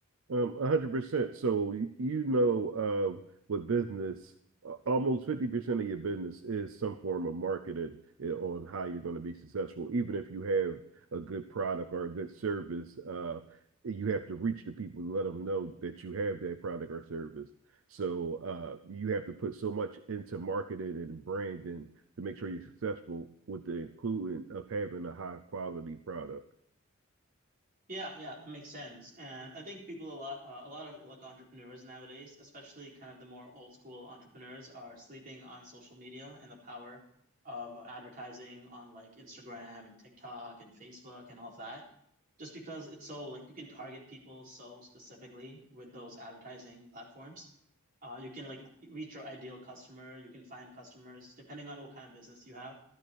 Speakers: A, on the right; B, on the right.
A: Um, 100%. So you, you know, um, with business, a- almost 50% of your business is some form of marketing eh, on how you're going to be successful. Even if you have a good product or a good service, uh, you have to reach the people and let them know that you have that product or service. So uh, you have to put so much into marketing and branding to make sure you're successful with the including of having a high quality product.
B: Yeah, yeah, that makes sense. And I think people a lot, uh, a lot of like entrepreneurs nowadays, especially kind of the more old school entrepreneurs, are sleeping on social media and the power of advertising on like Instagram and TikTok and Facebook and all of that. Just because it's so like you can target people so specifically with those advertising platforms. Uh, you can like reach your ideal customer. You can find customers depending on what kind of business you have.